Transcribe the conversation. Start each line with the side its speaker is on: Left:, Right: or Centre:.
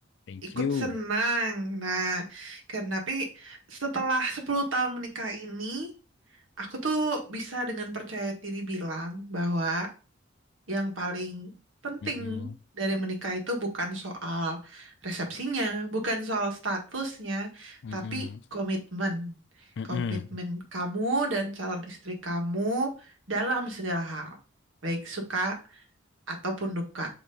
Left: Thank
Right: Ikut
Left: you.
Right: senang. Nah, karena tapi setelah 10 tahun menikah ini, aku tuh bisa dengan percaya diri bilang bahwa yang paling penting
Left: Mm-mm.
Right: dari menikah itu bukan soal resepsinya, bukan soal statusnya,
Left: Mm-mm.
Right: tapi komitmen.
Left: Mm-mm.
Right: Komitmen
Left: Mm-mm.
Right: kamu dan calon istri kamu dalam segala hal, baik suka ataupun duka.